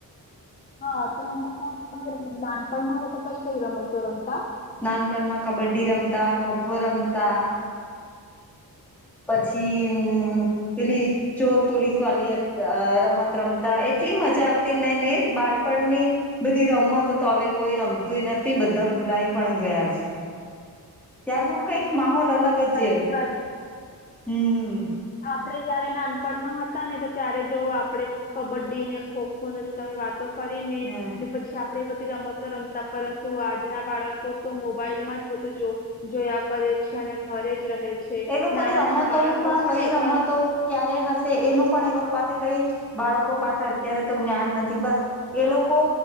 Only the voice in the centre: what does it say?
નાનપણમાં કબડ્ડી રમતા, ખોખો રમતા. પછી હુ પેલી ચોર-પોલીસ <unintelligible> રમત રમતા એટલી મજા આવતી નેને એ બાળપણની. બધી રમો તો તો હવે કોઈ રમતુંય નથી બધા ભૂલાય પણ ગયા છે. ત્યાારનો કઈક માહોલ અલગ
જ, હમ.
હમ
એ લોકોને
રમતોનું
પણ
કઈ
રમતો
ક્યારે હશે એનું પણ એ લોક પાસે કઈ બાળકો પાસે અત્યારે તો જ્ઞાન નથી બસ એ લોકો